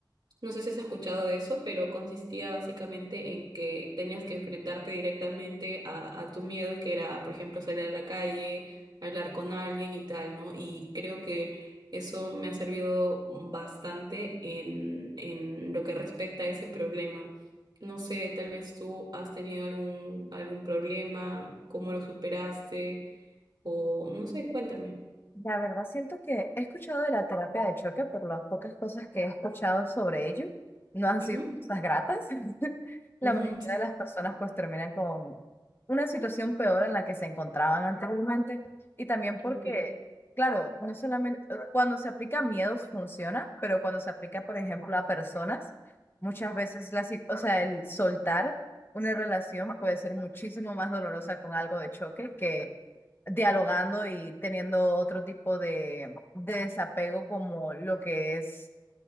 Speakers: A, on the right; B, on the left.
A: no sé si has escuchado de eso, pero consistía básicamente en que tenías que enfrentarte directamente a, a tu miedo, que era, por ejemplo, salir a la calle, hablar con alguien y tal, ¿no? Y creo que eso me ha servido bastante en, en lo que respecta a ese problema. No sé, tal vez tú has tenido algún, algún problema, cómo lo superaste, o no sé, cuéntame.
B: La verdad, siento que he escuchado de la terapia de choque, pero las pocas cosas que he escuchado sobre ello no han
A: Ujú.
B: sido cosas gratas. <laughs> La
A: Ujú,
B: mayoría
A: <laughs>
B: de las personas pues terminan con una situación peor en la que se encontraban anteriormente y también
A: Sí,
B: porque,
A: ok.
B: claro, no solamente cuando se aplica a miedos funciona, pero cuando se aplica, por ejemplo, a personas, muchas veces la, si- o sea, el soltar una relación puede ser muchísimo más dolorosa con algo de choque que dialogando y teniendo otro tipo de, de desapego como lo que es